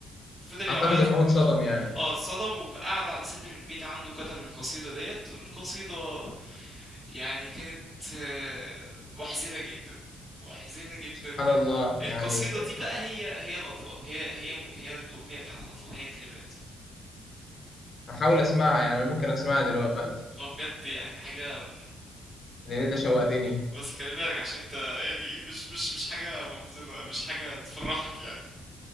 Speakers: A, on the right; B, on the left.
A: فضل يعيط
B: أعتقد إن
A: وماشي
B: هو اتصدم يعني
A: اه اتصدم وقعد على سلم البيت عنده كتب القصيدة ديت القصيدة يعني كانت آه، محزنة جدا محزنة جدا
B: سبحان
A: جدا
B: الله يعني
A: القصيدة دي بقى هي هي الأطلال هي هي هي الأغنية بتاعت الأطلال هي الكلمات
B: هحاول أسمعها يعني أنا ممكن أسمعها دلوقتي
A: اه بجد يعني حاجة
B: لأن أنت شوقتني
A: بس خلي بالك عشان انت يعني مش مش مش حاجة محزنة مش حاجة تفرحك يعني